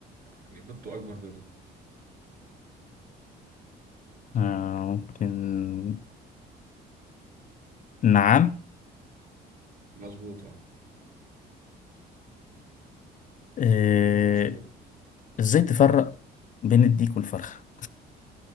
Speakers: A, on the right; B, on the left.
A: يعني بيضته أكبر بيضة
B: آه، ممكن نعم
A: مظبوط أه
B: آه،
A: ماشي دورك
B: ازاي تفرق بين الديك والفرخة